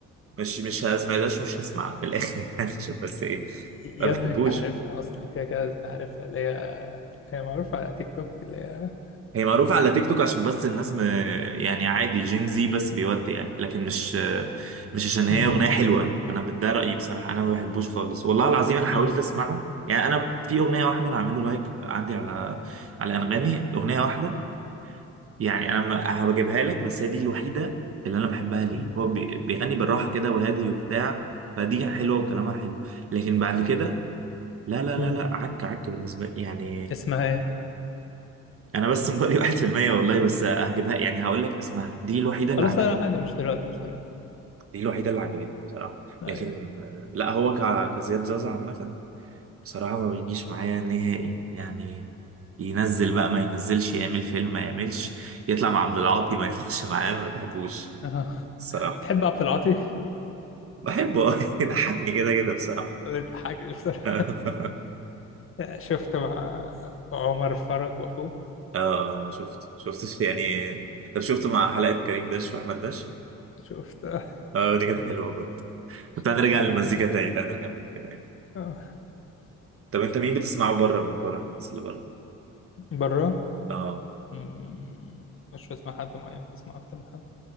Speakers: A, on the right; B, on the left.
A: مش مش هسمعهاش مش هسمعها في الآخر <laughs> يعني عشان بس إيه
B: يا
A: ما بحبوش
B: ابني أنت عارفها أصلا كده كده أنت عارفها اللي هي هي معروفة على تيك توك اللي هي
A: هي معروفة على تيك توك عشان بس الناس م... يعني عادي جينزي بس بيودي يعني لكن مش مش عشان هي
B: مم.
A: أغنية حلوة أنا ده رأيي بصراحة أنا ما بحبوش خالص والله العظيم أنا حاولت
B: مم.
A: أسمعه يعني أنا في أغنية واحدة أنا عامل له لايك عندي على على أنغامي أغنية واحدة يعني انا ما- هبجيبها لك بس هي دي الوحيده اللي انا بحبها ليه
B: مم.
A: هو بي- بيغني بالراحه كده وهادي وبتاع فدي حلوه وكلامها حلو لكن بعد كده لا لا لا
B: مم.
A: لا عك عك بالنسبه لي يعني
B: اسمها إيه؟
A: انا بس <laughs> مبالي 1% والله بس هجيبها يعني هقول لك اسمها دي الوحيده
B: خلاص
A: اللي عجبتني
B: لا لا، عادي مش دلوقتي مش دلوقتي
A: دي الوحيده اللي عجبتني بصراحه
B: أيوه
A: لكن آه، لا هو ك- كزياد زازا عامه بصراحه ما بيجيش معايا نهائي يعني ينزل بقى ما ينزلش يعمل فيلم ما يعملش يطلع مع عبد العاطي ما يطلعش معاه ما بحبوش
B: أه. <laughs>
A: الصراحه.
B: تحب عبد العاطي؟
A: بحبه <laughs> يضحكني كده كده بصراحة
B: بتضحك بصراحة
A: <laughs>
B: شفته مع عمر فرج وأخوه
A: اه شفت شفت يعني طب شفت مع حلقة كريم داش وأحمد داش
B: شفتها
A: اه دي كانت حلوة برضه
B: شفت
A: طب تعال نرجع
B: حكني
A: للمزيكا تاني تعال نرجع للمزيكا تاني
B: آه.
A: طب أنت مين بتسمعه بره من بره الناس اللي بره
B: بره
A: اه
B: مم، مش بسمع حد معين بسمع اكتر من حد